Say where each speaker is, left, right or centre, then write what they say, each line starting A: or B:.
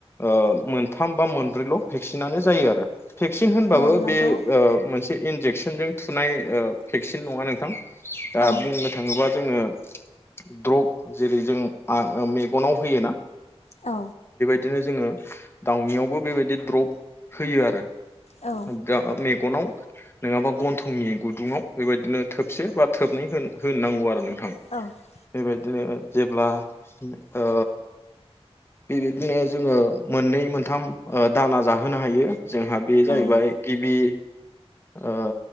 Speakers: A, on the left; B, on the left.
A: ओ मोनथाम बा मोनब्रैल' भेक्सिना जायो आरो भेक्सिन होनबाबो
B: औ नंगौ
A: बे मोनसे इनजेकसनजों थुनाय भेक्सिन नङा नोंथां दा
B: औ
A: बुंनो थाङोबा जोङो द्रप जेरै जों मेगनाव होयोना
B: औ
A: बिदिनो जोङो दाउनियावबो बेबायदि द्रप होयो आरो।
B: औ
A: दा मेगनाव नङाबा गन्थंनि गुदुङाव बेबायदिनो थोबसे बा थोबनै होननांगौ आरो नोंथां
B: औ
A: बेबायदि बिदिनो जेब्ला ओ बेबायदिनो जोङो मोननै मोनथाम दाना ओ जाहोनो हायो। जोंहा बे जाहैबाय
B: औ
A: गिबि ओ